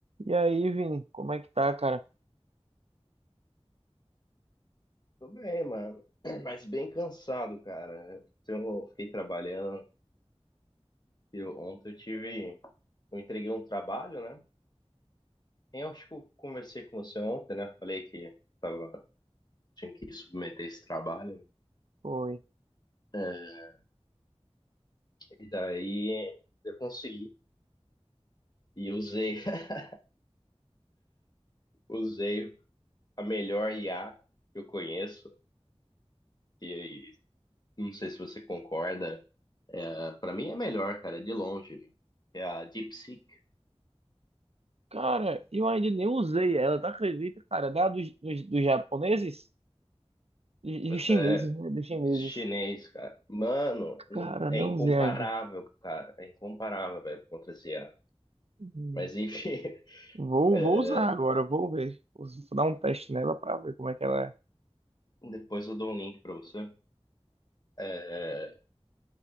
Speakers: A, on the right (about 70°); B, on the left (about 40°).
A: E aí, Vini, como é que tá, cara?
B: Tô bem, mano. <clears throat> Mas bem cansado, cara. Eu fiquei trabalhando. Eu, ontem eu tive. Eu entreguei um trabalho, né? E Eu acho que eu conversei com você ontem, né? Falei que tava, tinha que submeter esse trabalho.
A: Foi.
B: É. E daí eu consegui. E usei, <laughs> usei a melhor IA que eu conheço. E, e não sei se você concorda. É, para mim é a melhor, cara, de longe. É a DeepSeek.
A: Cara, eu ainda nem usei ela, tá acredita, cara? Da dos, dos, dos japoneses? Dos,
B: Essa
A: dos chineses,
B: é,
A: né? Dos chineses.
B: Chinês, cara. Mano, não-
A: Cara,
B: é
A: não
B: incomparável,
A: usei ainda.
B: cara. É incomparável, velho, contra esse IA.
A: Hum.
B: Mas enfim, <laughs>
A: Vou,
B: é,
A: vou usar agora, vou ver. Vou dar um teste nela pra ver como é que ela é.
B: depois eu dou um link pra você. É,